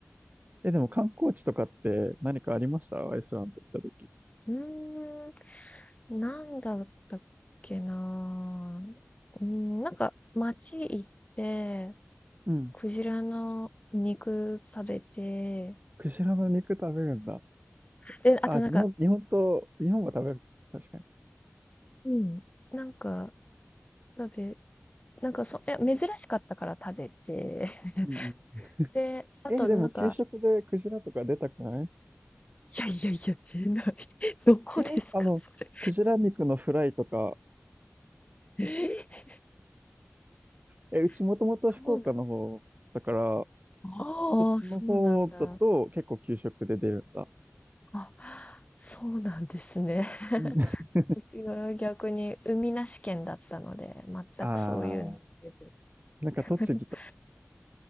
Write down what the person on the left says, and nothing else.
うーん。なんだったっけなぁ。うん、なんか街行って、
クジラの肉食べて、
で、あとなんか、
うん、なんか食べ、なんかそ、いや、珍しかったから食べて、<laughs>
で、あとなんか、
いやいやいや、出ない。<laughs> どこですか、
それ。
え
<laughs> そうなん、ああ、
そうなんだ。あ、そうなんですね。
私は逆に海なし県だったので、全くそういうの出ず。
<laughs>